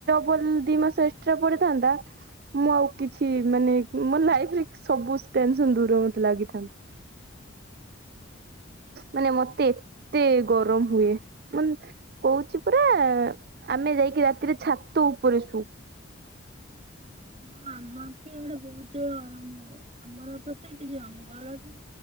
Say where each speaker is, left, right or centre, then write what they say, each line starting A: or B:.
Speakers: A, on the right; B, on the right.
A: ବଲ ଦି ମାସ ଏକ୍ସଟ୍ରା ପଡିଥାନ୍ତା ମୁଁ ଆଉ କିଛି ମାନେ ମୋ ଲାଇଫରେ ସବୁ ଟେନସନ ଦୂର ମତେ ଲାଗିଥାନ୍ତତା। ମାନେ ମତେ ଏତେ ଗରମ ହୁଏ ମୁ କହୁଛି ପୁରା। ଆମେ ଯାଇକି ରାତିରେ ଛାତ ଉପରେ ଶୁ।
B: ହଁ ଆମର ବି ଏଇଡେ ବହୁତ ଗରମ ଆମର ତ ସେଠି ଜଙ୍ଗଲଠୁ